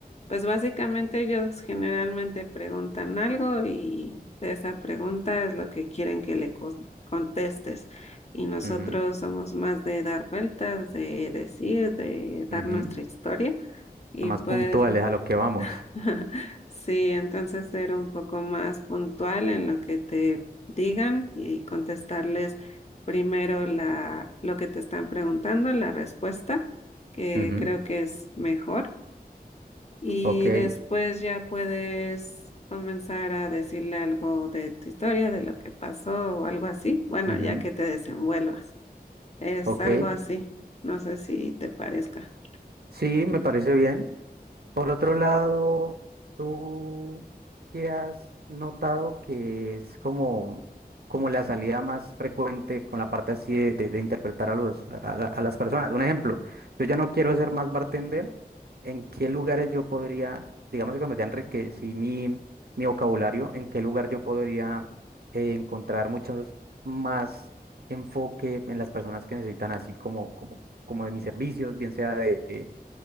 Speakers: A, on the left; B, on the right.
A: pues básicamente ellos generalmente preguntan algo y de esa pregunta es lo que quieren que le con- contestes. Y nosotros
B: ujú,
A: somos más de dar vueltas, de decir, de dar
B: ujú.
A: nuestra historia. Y
B: Más
A: pues
B: puntuales a lo que vamos.
A: <laughs> Sí, entonces ser un poco más puntual en lo que te digan y contestarles primero la, lo que te están preguntando, la respuesta, que
B: Ujú,
A: creo que es mejor. Y
B: Ok,
A: después ya puedes comenzar a decirle algo de tu historia, de lo que pasó o algo así. Bueno,
B: ujú,
A: ya que te desenvuelvas. Es
B: ok.
A: algo así. No sé si te parezca.
B: Sí, me parece bien. Por otro lado, ¿tú qué has notado que es como, como la salida más frecuente con la parte así de, de- de interpretar a, los, a, a- a las personas? Un ejemplo, yo ya no quiero ser más bartender, ¿en qué lugares yo podría, digamos que cuando ya enriquecí mi, mi vocabulario, ¿en qué lugar yo podría eh, encontrar muchos más enfoque en las personas que necesitan así como, como, como de mis servicios, bien sea de,